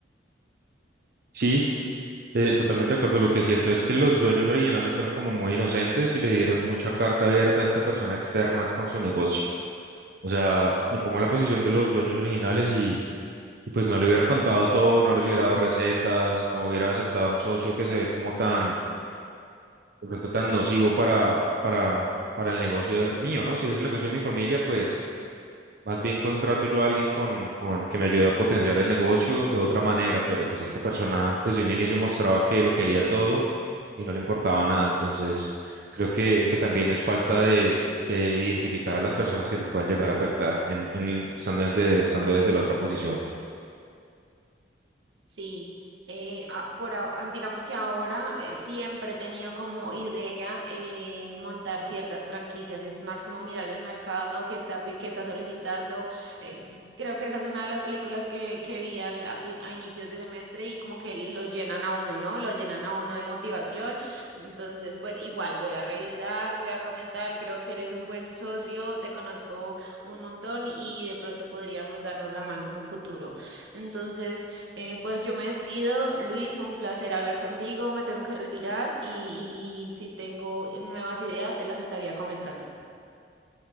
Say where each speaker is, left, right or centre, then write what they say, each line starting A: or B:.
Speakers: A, on the right; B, on the right.
A: Sí, eh, totalmente de acuerdo. Lo que siento es que los dueños originales fueron como muy inocentes y le dieron mucha carta abierta a esta persona externa con su negocio. O sea, me pongo en la posición de los dueños originales y, y pues no le hubiera contado todo, no les hubiera dado recetas, no hubiera aceptado a un socio que se ve como tan de pronto tan nocivo para, para, para el negocio mío, ¿no? Si es el negocio de mi familia, pues más bien contrato yo a alguien con, con que me ayude a potenciar el negocio de otra manera, pero pues esta persona desde un inicio mostraba que lo quería todo y no le importaba nada, entonces creo que, que también es falta de, de identificar a las personas que te pueden llegar a afectar en, en, estando, desde, estando desde la otra posición.
B: Sí, eh, a- por, a- an- digamos que ahora eh, siempre he tenido como idea eh, montar ciertas franquicias, es más como mirar el mercado que está, pi- que está solicitando. eh, creo que esa es una de las películas que, que vi al- a, pri- a inicios de semestre y como que lo llenan a uno, ¿no? Lo llenan a uno de motivación. Entonces, pues igual voy a revisar, voy a comentar, creo que eres un buen socio, te conozco un montón y de pronto podríamos darnos la mano en un futuro. Entonces... Eh, pues yo me despido, Luis, fue un placer hablar contigo, me tengo que retirar y, y si tengo eh, nuevas ideas, se las estaría comentando.